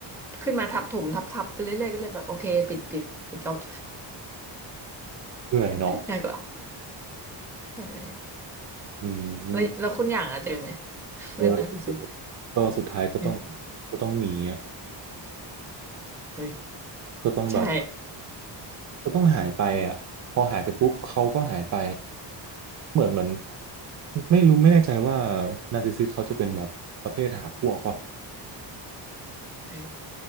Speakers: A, in the centre; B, on the right.
A: ขึ้นมาทับถมทับทับไปเรื่อยๆก็เลยแบบโอเคปิดปิดปิดจ็อบ
B: เหนื่อยเนาะ
A: <laughs> ง่ายกว่าใช่
B: อืม
A: แล้วแล้วคุณอย่างอะเจอไหมเมื่อนานสิ
B: เออก็สุดท้ายก็ต้อง
A: เฮ้ย
B: ก็ต้องหนีอ่ะ
A: เฮ้ย
B: ก็ต้องแบบ
A: ใช่
B: ก็ต้องหายไปอ่ะพอหายไปปุ๊บเขาก็หายไปเหมือนเหมือนไม่รู้ไม่แน่ใจว่านาร์ซิสซิสเขาจะเป็นแบบประเภทหาพวกป่ะ
A: ใช่